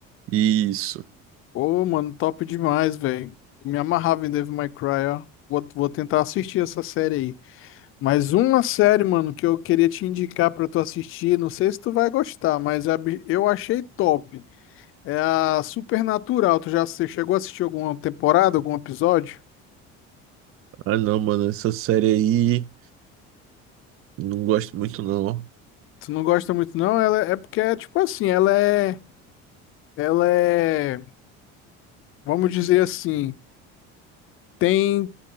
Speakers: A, on the right; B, on the left.
A: Isso.
B: Pô, mano, top demais, velho. Me amarrava em Dave May Cry, ó. Vou, vou tentar assistir essa série aí. Mas uma série, mano, que eu queria te indicar pra tu assistir, não sei se tu vai gostar, mas a bi- eu achei top. É a Supernatural. Tu já assi- chegou a assistir alguma temporada, algum episódio?
A: Ah, não, mano, essa série aí não gosto muito, não, ó.
B: Tu não gosta muito, não? Ela é é porque é tipo assim, ela é. Ela é. Vamos dizer assim, tem